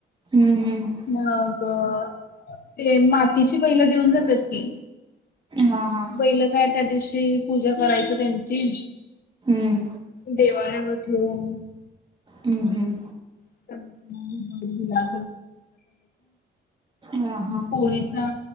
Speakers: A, on the right; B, on the left.
A: हम्म हम्म
B: मग ते मातीची बैला देऊन जातात कि
A: हा हा.
B: <unintelligible> काय त्या दिवशी पूजा करायच त्यांची.
A: हम्म
B: देवाऱ्यावर <inaudible>
A: हम् हम्.
B: <inaudible> अ
A: हा हा
B: पोळीचा